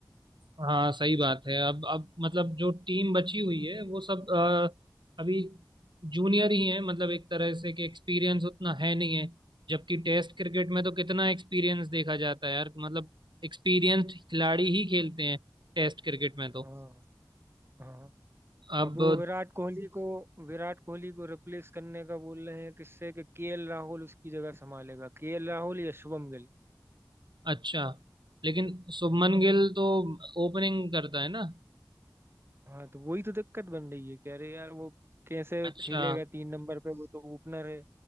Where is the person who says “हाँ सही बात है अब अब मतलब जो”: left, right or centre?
Right